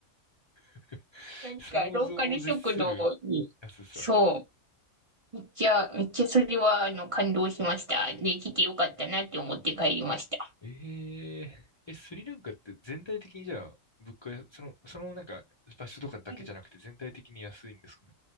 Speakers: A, on the left; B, on the right.
A: <laughs>
B: なんか、
A: 想像を絶する安さ。
B: ローカル食堂に、そう、めっちゃ、めっちゃそれは、あの、感動しました。で来てよかったなって思って帰りました。
A: えええ、スリランカって全体的にじゃあ、物価、その、そのなんか場所とかだけじゃなくて全体的に安いんですかね。
B: はい。